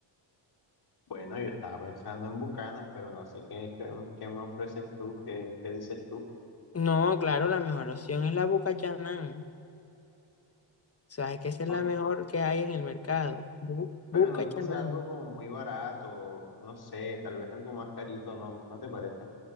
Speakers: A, on the left; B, on the left.
A: Bueno, yo estaba pensando en Bucanas, pero no sé qué, qué, qué me ofreces tú, qué, qué dices tú.
B: No, claro, la mejor opción es la Bucachanán. Sabes que esa es
A: Por-
B: la mejor que hay en el mercado. Bu
A: pero
B: Bucachanán.
A: no sé si algo como muy barato, no sé, tal vez algo más carito, ¿no? ¿No te parece?